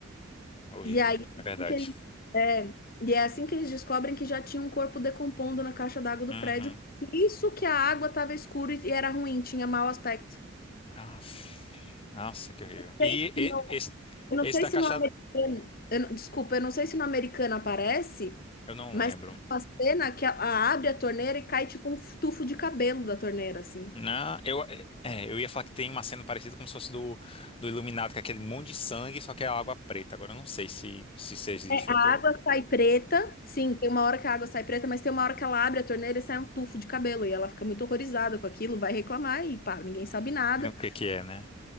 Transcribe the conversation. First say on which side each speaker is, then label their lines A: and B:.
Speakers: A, on the left; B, on the left.
A: É Horrível.
B: E aí, assim
A: É verdade.
B: que ele- é, e é assim que eles descobrem que já tinha um corpo decompondo na caixa d'água do
A: Uhum.
B: prédio. Isso que a água estava escura e era ruim, tinha mau aspecto.
A: Aff. Nossa, que horrível.
B: sei
A: E,
B: se
A: e-
B: no-
A: esse,
B: Eu não
A: esse
B: sei
A: da
B: se
A: caixa.
B: no americano, eu não- desculpa, eu não sei se no americano aparece,
A: Eu não
B: mas
A: lembro.
B: tem uma cena que a, a- abre a torneira e cai tipo um tufo de cabelo da torneira, assim.
A: Não, eu, é, eu ia falar que tem uma cena parecida como se fosse do, do Iluminado, que é aquele monte de sangue, só que é água preta. Agora eu não sei se, se isso existe,
B: É,
A: eu
B: a
A: tô.
B: água sai preta, sim, tem uma hora que a água sai preta, mas tem uma hora que ela abre a torneira e sai um tufo de cabelo, e ela fica muito horrorizada com aquilo, vai reclamar e pá, ninguém sabe nada.
A: Não, O que que é, né?